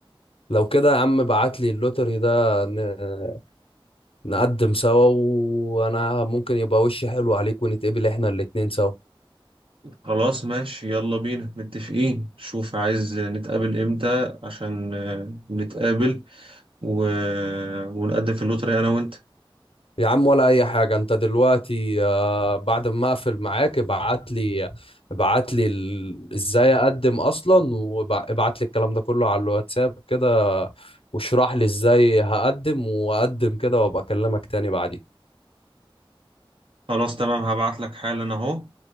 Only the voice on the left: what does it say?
لو كده يا عم بعت لي اللوتري ده ن- نقدم سوا وانا ممكن يبقى وشي حلو عليك ونتقبل احنا الاتنين سوا
يا عم ولا اي حاجه انت دلوقتي آه، بعد ما اقفل معاك ابعت لي ابعت لي ال- ازاي اقدم اصلا وابعت لي الكلام ده كله على الواتساب كده واشرح لي ازاي هقدم واقدم كده وابقى اكلمك تاني بعدين